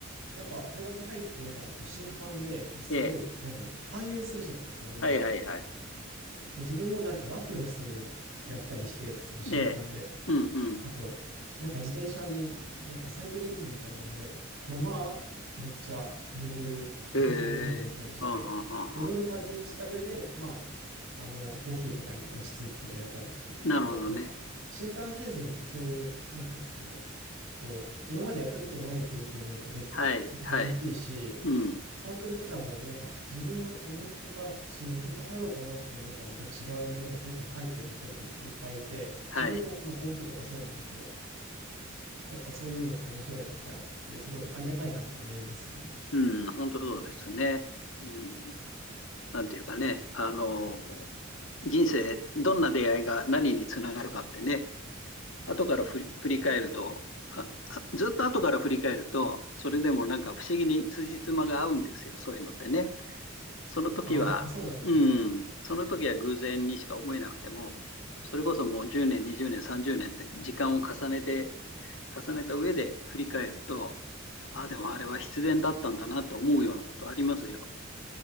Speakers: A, on the right; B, on the left.
A: やっぱ大学入ってみたら、こう、新歓で、こう、すごい、
B: ええ、ええ。
A: なんていうのか、勧誘するじゃないですか、みんな。
B: はいはいはい。
A: で、自分もなんか、ラクロスやったりして、その新歓で。
B: ええ。うんうん。
A: あと、なんか自転車に、なんかサイクリング部みたいなので、山めっちゃ登る、自転車で山登ったりして、
B: へえ。あああ
A: でいろいろ体験した上で、まあ、あの、コーヒーとかに落ち着くことになったんですけど、結構なんか、
B: あなるほどね。
A: 新刊シーズンってそういう、なんていうんですかね、こう、今までやったことない経験をできて、
B: はい、
A: 結構楽しいし、
B: はい。うん。
A: サークルとかもなんか自分の思ってた、そのもともと入ろうと思ってたものとはまた違うものに結構入ってる人とかもいっぱいいて、
B: はい。
A: 自分もまあコーヒーとかそうなんですけど、やっぱそういうのって面白い機会ですごいありがたいなって思いますよね。
B: うん。本当そうですね。うん。なんていうかね。あの、人生、どんな出会いが何につながるかってね。後からふり振り返ると、あ、あずっと後から振り返ると、それでもなんか不思議に辻褄が合うんですよ。そういうのってね。その時は、
A: ああ、やっぱそうなんですね。
B: うん、その時は偶然にしか思えなくても、それこそもう10年、20年、30年って時間を重ねて、重ねた上で振り返ると、ああ、でもあれは必然だったんだなと思うようなことありますよ。